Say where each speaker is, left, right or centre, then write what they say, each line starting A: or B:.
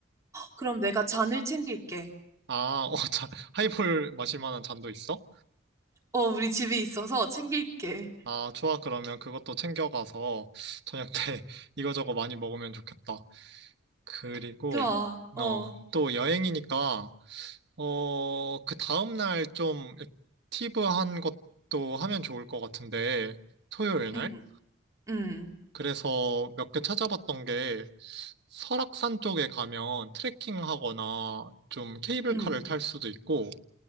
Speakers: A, on the right; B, on the right.
A: 그럼 내가 잔을 챙길게.
B: 아, 어, 자, 하이볼 마실 만한 잔도 있어?
A: 어, 우리 집에 있어서 챙길게.
B: 아, 좋아. 그러면 그것도 챙겨가서 저녁 때 <laughs> 이거저거 많이 먹으면 좋겠다. 그리고,
A: 좋아, 어,
B: 어, 또 여행이니까, 어, 그 다음날 좀 액티브한 것도 하면 좋을 것 같은데, 토요일 날?
A: 음, 음,
B: 그래서 몇 개 찾아봤던 게, 설악산 쪽에 가면 트레킹 하거나 좀 케이블카를
A: 음,
B: 탈 수도 있고,